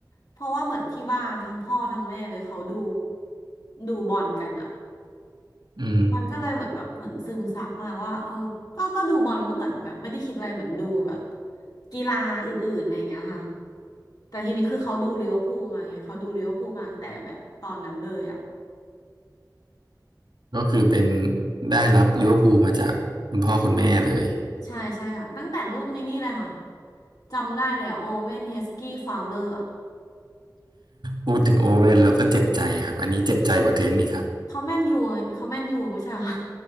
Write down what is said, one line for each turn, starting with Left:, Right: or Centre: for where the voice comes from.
Left: เพราะว่าเหมือนที่บ้านทั้งพ่อทั้งแม่เลยเขาดูดูบอลกันอะ
Right: อืม
Left: มันก็เลยเหมือนแบบเหมือนซึมซับมาว่าเออก็ก็ดูบอลก็เหมือนแบบไม่ได้คิดอะไรเหมือนดูแบบกีฬาอื่นๆอะไรอย่างเงี้ยค่ะแต่ทีนี้คือเขาดูลิเวอร์พูลมาไงเขาดูลิเวอร์พูลมาตั้งแต่แบบตอนนั้นเลยอะ
Right: ก็คือเป็นได้รับลิเวอร์พูลมาจากคุณพ่อคุณแม่เลย
Left: ใช่ใช่ค่ะตั้งแต่รุ่นนี้นี่เลยค่ะจำได้เลยอะโอเวนเฮสกี้ฟาวเลอร์
Right: พูดถึงโอเว่นแล้วก็เจ็บใจครับอันนี้เจ็บใจกว่าเทนนี่ครับ
Left: เขาแมนยูเขาแมนยูไม่ใช่เหรอ